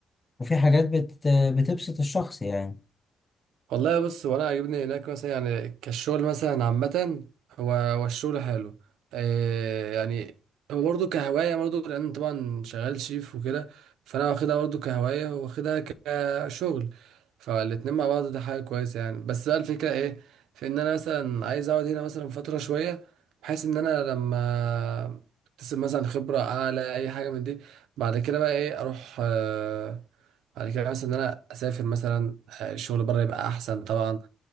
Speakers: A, on the left; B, on the right.
A: وفي حاجات بت... بتبسط الشخص يعني
B: والله بص وانا عاجبني هناك مثلا يعني كالشغل مثلا عامة هو هو الشغل حلو آه يعني هو برضه كهواية برضه لأن طبعا شغال شيف وكده فأنا واخدها برضه كهواية واخدها كشغل فالاتنين مع بعض ده حاجة كويسة يعني بس بقى الفكرة ايه في إن أنا مثلا عايز أقعد هنا مثلا فترة شوية بحيث إن أنا لما أكتسب مثلا خبرة أعلى أي حاجة من دي بعد كده بقى ايه أروح آه بعد كده مثلا ان انا اسافر مثلا آه، الشغل بره يبقى احسن طبعا